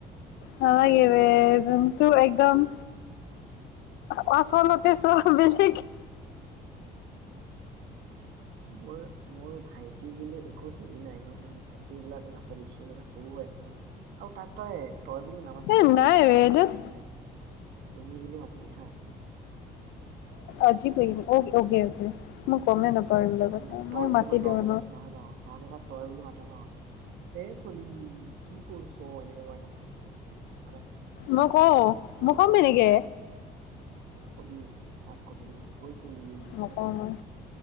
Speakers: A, on the left; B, on the right.
A: নালাগে বে, তোৰ একদম পাছলৈকে চোৱা বেলেগে।
B: মোৰ-মোৰ ভাইটিৰ কিন্তু একো হেৰি নাই ন, মানে ভাইটিৰবিলাক নাচাবি সি মানে সৰু হৈ আছে ন, আৰু তাত তই তই বুলি নামাতিবি
A: এ
B: হা,
A: নাই
B: তাৰ
A: বে
B: অলপ
A: ধেৎ
B: আজিৱ লাগে। তুমি বুলি মাতিবি হা
A: আজিৱ নিকি অকে অকে, মই গমে নাপাওঁ। এইবিলাক
B: মানে
A: কথা মই
B: তইতো
A: মাতি
B: ইমান নৰ্মেলাইজ
A: দিওঁ
B: নহয় ন, নহ'লে তই বুলি মাতে ন। এ চলি, কি কৰিছ এনেকে কয় নহ?
A: মই কওঁ? মই ক'ম হেনেকে
B: কবি, তাক কবি। ঐ তুলি মাৰ
A: নকওঁ
B: লাগে নে?
A: মই